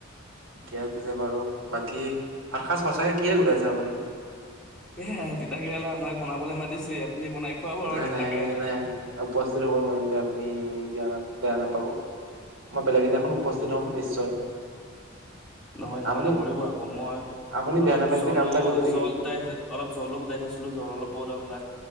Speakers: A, on the right; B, in the centre.
A: ঠিকে আছে বাৰু বাকী ভাতসাজ সঁচাকে কিহে ঘোটাইছে আপুনি
B: এয়া তিতা কেৰেলা আপোনাক বনাবলৈ মাতিছে আপুনি বনাই খুৱাব আৰু
A: নাই
B: তিতা
A: নাই
B: কেৰেলা।
A: নাই উপস্থিত হ'ব নোৱাৰিমগে আপুনি বেয়া না বেয়া নাপাব। মই বেলেগে এদিনাখন
B: হে
A: উপস্থিত
B: হে
A: হ'ম নিশ্চয়।
B: নহয় এনেকুৱা
A: আপুনি
B: নকৰিব আকৌ মই
A: আপুনি বেয়া
B: অলপ
A: নাপায়
B: জ্বলো
A: যদি কাম এটা কৰিব নেকি
B: জল গোটাই। অলপ জ্বলো গোটাই থৈছিলোঁ জল অলপ বহুত আপোনাক